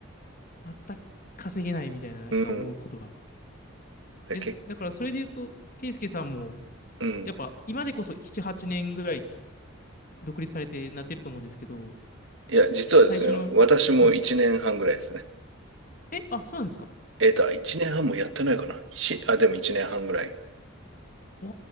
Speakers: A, on the left; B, on the right.
A: 全く稼げないみたいな、なんか思うことは。
B: うん。で、
A: え、
B: け、
A: だからそれで言うと、ケイスケさんも
B: うん。
A: やっぱ今でこそ7、8年ぐらい独立されてなってると思うんですけど、
B: いや、実はですね、
A: 最初の、
B: 私も1年半ぐらいですね。
A: はい。え、あ、そうなんですか
B: えっと、1年半もやってないかな。一あ、でも1年半ぐらい。
A: ああ、